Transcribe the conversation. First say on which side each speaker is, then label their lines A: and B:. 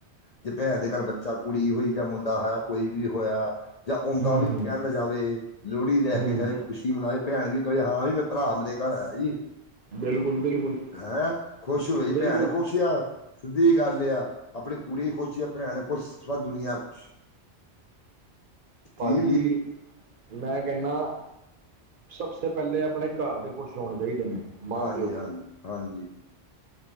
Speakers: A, on the left; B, on the right.
A: ਜੇ ਭੈਣ ਦੇ ਘਰ ਬੱਚਾ ਕੁੜੀ ਹੋਈ ਜਾਂ ਮੁੰਡਾ ਹੋਇਆ ਕੋਈ ਵੀ ਹੋਇਆ ਜਾਂ ਆਉਂਦਾ
B: ਹੂੰ
A: ਵੀ
B: ਹੂੰ
A: ਕਹਿੰਦਾ ਜਾਵੇ ਲੋਹੜੀ ਲੈ
B: ਹੂੰ
A: ਕੇ ਜਾਏ ਖੁਸ਼ੀ ਮਨਾਈ ਭੈਣ ਵੀ ਕਵੇ ਹਾਂ ਵੀ ਭਰਾ ਮੇਰੇ ਘਰ ਆਇਆ ਜੀ
B: ਬਿਲਕੁਲ ਬਿਲਕੁਲ
A: ਹੈਂ ਖੁਸ਼ ਹੋਈ
B: ਬਿਲਕੁਲ
A: ਭੈਣ ਖੁਸ਼ ਆ ਸਿੱਧੀ ਗੱਲ ਆ ਆਪਣੇ ਕੁੂੜੀ ਖੁਸ਼ ਭੈਣ ਖੁਸ਼ ਸਾਰੀ ਦੁਨੀਆਂ ਖੁਸ਼
B: ਭਾਜੀ
A: ਠੀਕ ਜੀ
B: ਮੈਂ ਕਹਿੰਨਾ ਸਬਸੇ ਪਹਿਲੇ ਆਪਣੇ ਘਰ ਦੇ ਖੁਸ਼ ਹੋਣੇ ਚਾਹੀਦੇ ਨੇ ਮਾਂ
A: ਹਾਂਜੀ
B: ਪਿਓ
A: ਹਾਂਜੀ, ਹਾਂਜੀ